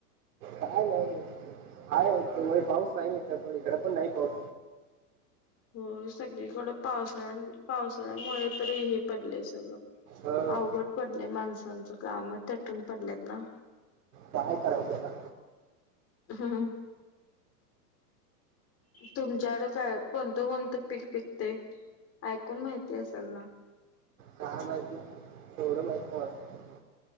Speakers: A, on the right; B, on the left.
A: काय नाही हाय त व पाऊस नाहीथ इकडे पण नाही पाऊस
B: हो सगळीकडं पावसाळ्या पावसाळ्यामुळे हे पडलंय सगळं
A: हां
B: अवघड पडले माणसांचं काम चटून पडलेत ना
A: काय काय?
B: हा. तुमच्याकड काय कोणतं कोणतं पीक पिकते ऐकून माहिती असेल ना.
A: काय माहित नाही एवढं माहित नाही म